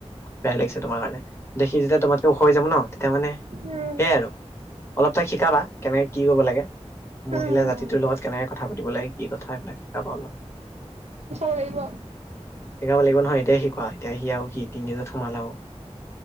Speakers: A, on the left; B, on the right.
A: বেয়া লাগিছে তোমাৰ কাৰণে। দেখি যেতিয়া তোমাতকে ওখ হয় যাব ন তেতিয়া মানে সেইয়াই
B: উম
A: আৰু। অলপ তাইক শিকাবা কেনেকে কি কৰিব লাগে। মহিলা
B: উম হম
A: জাতিটোৰ
B: হম
A: লগত কেনেকে কথা পাতিব লাগে কি কথা এইবিলাক শিকাব অলপ।
B: শিকাব লাগিব।
A: শিকাব লাগিব নহয় এতিয়াই শিকোৱা এতিয়াই সি আৰু স তিনিদজনত সোমালা আৰু।